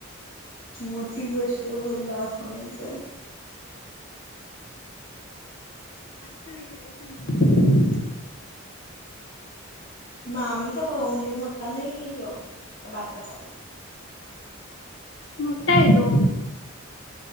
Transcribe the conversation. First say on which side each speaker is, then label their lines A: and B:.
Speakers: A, on the left; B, on the left.
A: मोठी गोष्ट बोललास म्हणायचं
B: वेगळं <unintelligible>
A: मामीचा भाऊ म्हणजे मोठा नाही लई त्यो बारकाचा आहे
B: मोठ्ठा येतो